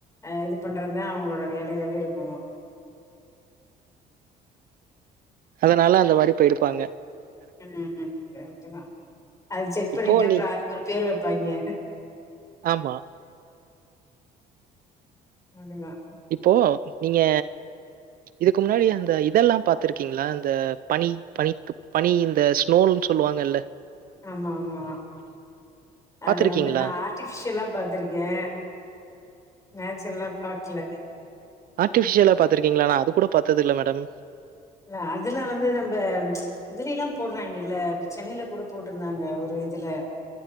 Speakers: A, on the left (about 20°); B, on the right (about 60°).
A: ஆ இது பண்றமே அவுங்ளோட வேலயாவே இருக்கு
B: அதனால அந்த மாரி பொயிருப்பாங்க
A: ம் கெரட்டுதா அது செக்
B: இப்போ
A: பண்ணிட்டு அப்ற
B: நீ
A: அதுக்கு ஒரு பேர் வெப்பாய்ங்க
B: ஆமா.
A: <unintelligible>
B: இப்போ நீங்க இதுக்கு முன்னாடி அந்த இதெல்லா பாத்துருக்கீங்ளா இந்த பனி பனித்து பனி இந்த ஸ்லோன் சொல்வாங்கல்ல
A: ஆமா ஆமா அது
B: பார்த்திருக்கீங்களா?
A: வந்து நா ஆர்டிபிஷ்யலா பாத்துருக்கே நேச் எதுலா பாக்ல
B: ஆர்டிபிஷ்யலா பாத்துருக்கீங்ளா நா அது கூட பாத்தது இல்ல மேடம்
A: ல்ல அதுல வந்து நம்ப இதுலிலா போட்றாய்ங்கில்ல இப்ப சென்னையல கூட போட்ருந்தாங்க ஒரு இதுல